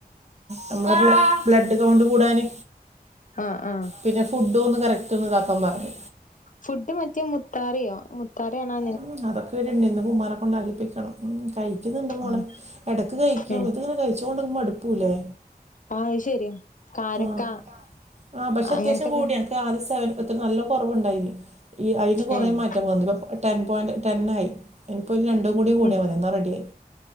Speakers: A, on the right; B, on the left.
A: നമ്മളൊരു ബ്ലഡ് കൗണ്ട് കൂടാന്
B: അ ആ
A: പിന്നെ ഫുഡ് ഒന്ന് കറക്റ്റ് ഒന്ന് ഇതാക്കാൻ പറഞ്
B: ഫുഡ് മറ്റേ മുത്താരിയോ മുത്താറിയാണ്
A: മ് അതൊക്കെ ഒര്ന്ന് ഇന്ന് പ്പമ്മാന കൊണ്ടാകിപ്പിക്കണം മ് കഴിക്ക്‌ന്ന്ണ്ട് മോളെ
B: ഉം
A: ഇടക്ക് കഴിക്കും
B: ഉം
A: ഇത്ങ്ങനെ കഴിച്ചോണ്ടുമ്പോ മടുക്കൂലേ
B: ആഹ് അത് ശരിയാ കാരക്ക
A: മ് ആ പക്ഷെ
B: അങ്ങനത്തൊക്കെ
A: അത്യാവശ്യം കൂടിയാനിക്ക ആദ്യ സെവ എത്ര നല്ല കൊറവുണ്ടായിന് ഈ അയില് കുറേ
B: ഉം
A: മാറ്റം വന്ന് ഇ ടെൻ പോയിന്റ് ടെൻ ആയി ഇൻപ്പോ ഒരു രണ്ടു കൂടിയാ
B: ഉം
A: മതിന്നാ റെഡി ആയി